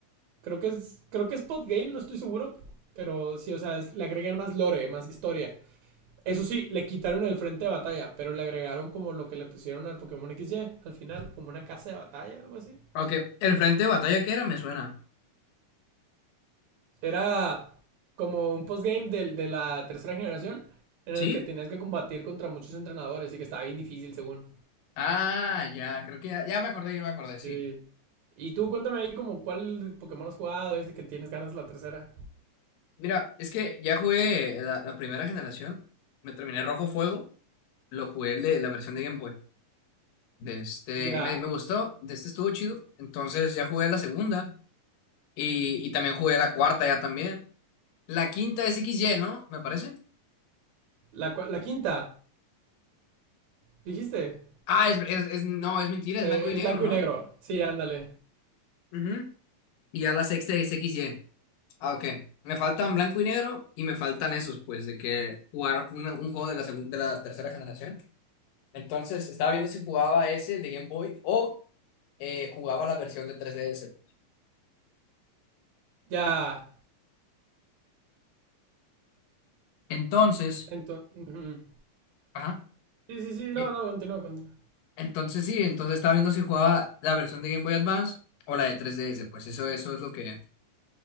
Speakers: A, on the right; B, on the left.
A: creo que es, creo que es Pop Game, no estoy seguro, pero sí, o sea, es- le agregan más lore, más historia. Eso sí, le quitaron el frente de batalla, pero le agregaron como lo que le pusieron al Pokémon XY al final, como una casa de batalla, algo así.
B: Ok. El frente de batalla que era me suena.
A: Era como un postgame de, de la tercera generación en
B: ¿Sí?
A: el que tenías que combatir contra muchos entrenadores y que estaba bien difícil según.
B: Ah, ya, creo que ya, ya me acordé, ya me acordé, sí.
A: Sí. Y tú cuéntame ahí como cuál Pokémon has jugado, este que tienes ganas la tercera.
B: Mira, es que ya jugué la, la primera generación, me terminé Rojo Fuego, lo jugué el de la versión de Game Boy, de este,
A: Ya,
B: y me, me gustó, de este estuvo chido, entonces ya jugué la segunda, y, y también jugué la cuarta ya también. La quinta es X Y, ¿no? Me parece.
A: la, cua- la quinta, dijiste,
B: Ah, es, es, es- no, es mentira,
A: eh,
B: es blanco y
A: es
B: negro,
A: blanco
B: ¿no?
A: y negro. Sí, ándale.
B: Ujú. Y ya la sexta es X Y. Ah, ok. Me faltan blanco y negro y me faltan esos, pues, de que jugar una- un juego de la, segun- de la tercera generación. Entonces, estaba viendo si jugaba ese, el de Game Boy, o eh, jugaba la versión de 3DS.
A: Ya,
B: Entonces,
A: entonces...
B: ajá,
A: Sí, sí, sí, no,
B: eh,
A: no, continúa, continúa.
B: entonces sí, entonces estaba viendo si jugaba la versión de Game Boy Advance o la de 3DS, pues eso, eso es lo que